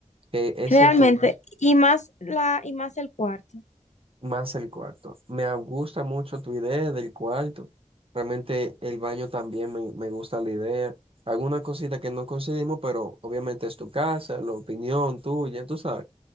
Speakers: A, on the right; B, on the left.
A: Que ese
B: Realmente,
A: es tu,
B: y más la, y más el cuarto.
A: más el cuarto. Me gusta mucho tu idea del cuarto. Realmente el baño también me, me gusta la idea. Alguna cosita que no coincidimos, pero obviamente es tu casa, la opinión tuya, tú sabes.